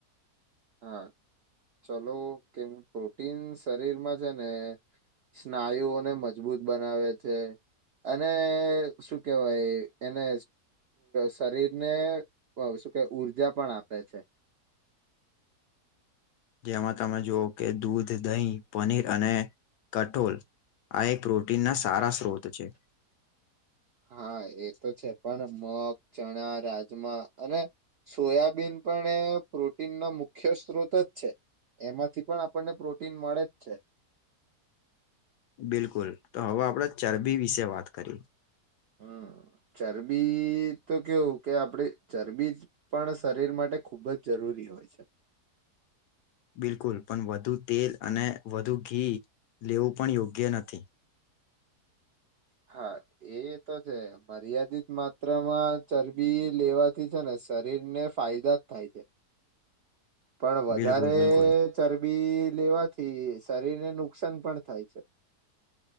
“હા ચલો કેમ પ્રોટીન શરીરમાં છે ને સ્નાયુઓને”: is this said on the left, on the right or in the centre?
Right